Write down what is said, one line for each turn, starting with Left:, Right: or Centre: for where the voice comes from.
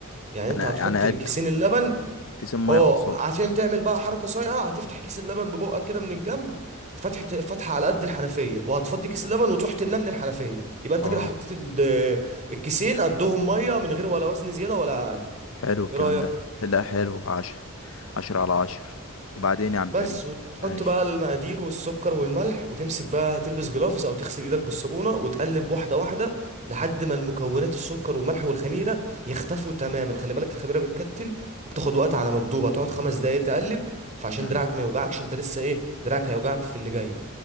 Right: يعني أنت
Left: انا
Right: هتحط
Left: يعني
Right: كيسين
Left: قده
Right: اللبن
Left: كيسين ميه
Right: أه
Left: قصاده
Right: عشان تعمل بقى حركة صايعة هتفتح كيس اللبن ببقك كده من الجنب فتحة فتحة على قد الحنفية وهتفضي كيس اللبن وتروح تملاه من الحنفية يبقى أنت
Left: اه
Right: كده حطيت ال- الكيسين قدهم مية من غير ولا وزن زيادة ولا أقل
Left: حلو الكلام
Right: إيه رأيك؟
Left: ده لا حلو عشر عشرة على عشر وبعدين يا عم
Right: بس
Left: كريم
Right: وتحط
Left: ماشي
Right: بقى المقادير والسكر والملح وتمسك بقى تلبس جلافز او تغسل ايدك بالصابونه وتقلب واحده واحده لحد ما المكونات السكر والملح والخميره يختفوا تماما خلي بالك الخميره بتكتل وبتاخد وقت على ما تدوب هتقعد خمس دقايق تقلب فعشان
Left: امم
Right: دراعك ما يوجعكش انت لسه ايه دراعك هيوجعك في اللي جاي